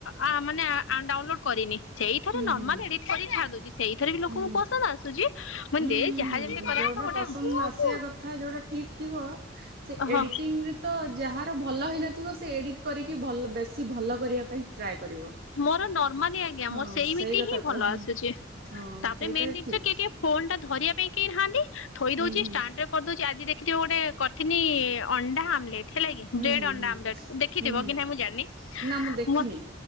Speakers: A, on the left (about 80°); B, on the right (about 55°).
A: ଆ, ମାନେ ଆ, ଡାଉନଲୋଡ୍ କରିନି। ସେଇଥରେ
B: ହୁଁ
A: ନର୍ମାଲ୍
B: ହୁଁ।
A: ଏଡିଟ୍ କରିକି ଛାଡ଼ିଦୋଉ ସେଇଥିରେ ବି ଲୋକଙ୍କୁ
B: ହୁଁ
A: ପସନ୍ଦ ଆସୁଚି। ମାନେ
B: ହୁଁ
A: ଦେ
B: ହୁଁ
A: ଯାହା ଯେମିତି କରିବା
B: ଯୋଉଟା
A: କଥା
B: ପସନ୍ଦ
A: ଗୋଟେ
B: ଆସିବା କଥା ଯୋଉଟା ଠିକ ଥିବ ସେ
A: ହଁ
B: ଏଡିଟି ଟିଂରେ ତ ଯାହାର ଭଲ ହେଇନ ଥିବ ସେ ଏଡିଟ୍ କରିକି ଭଲ ବେଶୀ ଭଲ କରିବା ପାଇଁ ଟ୍ରାଏ କରିବ
A: ମୋର ନର୍ମାଲି ଆଜ୍ଞା ମୋର
B: ହଁ
A: ସେଇମିତି
B: ସେଇ କଥା
A: ହିଁ ଭଲ
B: ତ
A: ଆସୁଛି।
B: ହଁ
A: ତାପରେ
B: ସେଇଟା
A: ମେନ୍ ଦିନଷ
B: ଠିକ
A: କିଏ ଟିକେ ଫୋନ୍ ଟା ଧରିବା ପାଇଁ କେଇ ନାହାନ୍ତି। ଥୋଇ
B: ହୁଁ
A: ଦୋଉଚି
B: ହୁଁ
A: ଷ୍ଟାଣ୍ଡରେ କରିଦୋଉଚି ଆଜି ଦେ କି ଯୋଉ ଗୋଟେ କରଥିନି ଅଣ୍ଡା ଆମଲେଟ୍ ହେଲା କି
B: ହୁଁ
A: ବ୍ରେଡ୍
B: ହୁଁ
A: ଅଣ୍ଡା
B: ହୁଁ
A: ଆମଲେଟ୍ ଦେଖିଥିବ
B: ହୁଁ ହୁଁ।
A: କି ନାହିଁ ମୁଁ ଜାଣିନି।
B: ନା ଦେଖିନି
A: ମୁଁ